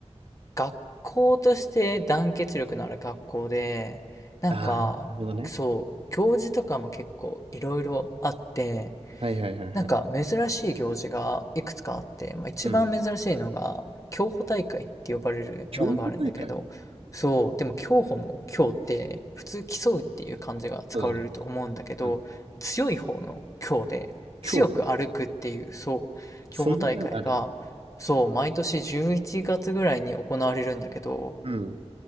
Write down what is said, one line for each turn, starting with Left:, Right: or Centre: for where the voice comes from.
Left: 学校として団結力のある学校で、なんか、
Right: ああ、なるほどね。
Left: そう、行事とかも結構いろいろあって、
Right: はいはいはいはい。
Left: なんか珍しい行事がいくつかあって、まあ、一番珍しいのが競歩大会って呼ばれるものがあるんだけど、
Right: うん。競歩大会
Left: そう、でも競歩の競って普通競うっていう漢字が使われると思うんだけど、
Right: そうだね。うん。
Left: 強い方の競で強く歩くっていう、
Right: 競歩。
Left: そう、
Right: そんなのある。
Left: 競歩大会が、そう、毎年11月ぐらいに行われるんだけど、
Right: うん。